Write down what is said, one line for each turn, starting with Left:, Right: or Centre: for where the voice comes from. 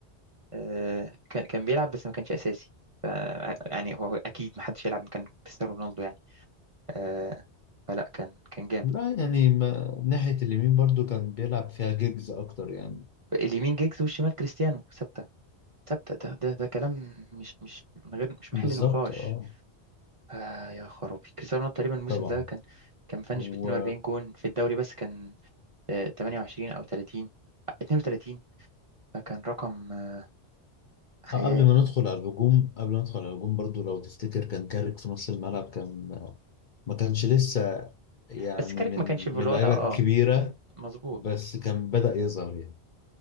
Right: آه، كان كان بيلعب بس ما كانش اساسي ف يعني هو اكيد ما حدش يلعب مكان كريستيانو رونالدو يعني آه، فلا كان كان جامد
Left: لا يعني ما ناحيه اليمين برضو كان بيلعب فيها جيجز اكتر يعني
Right: اليمين جيجز والشمال كريستيانو ثابته ثابته ده, ده ده كلام مش مش من غير مش
Left: بالظبط
Right: محل نقاش
Left: اه
Right: آه يا خرابي كريستيانو رونالدو تقريبا الموسم
Left: طبعا
Right: ده كان كان مفنش
Left: و
Right: ب 42 جون في الدوري بس كان آه، 28 او 30 32 فكان رقم آه، خيال
Left: آه، قبل ما ندخل على الهجوم قبل ما ندخل على الهجوم برضو لو تفتكر كان كارك في نص الملعب كان آه، ما كانش لسه يعني
Right: بس كاريك
Left: من
Right: ما كانش في
Left: من
Right: الوضع
Left: اللعيبه
Right: اه
Left: الكبيره
Right: مظبوط
Left: بس كان بدأ يظهر يعني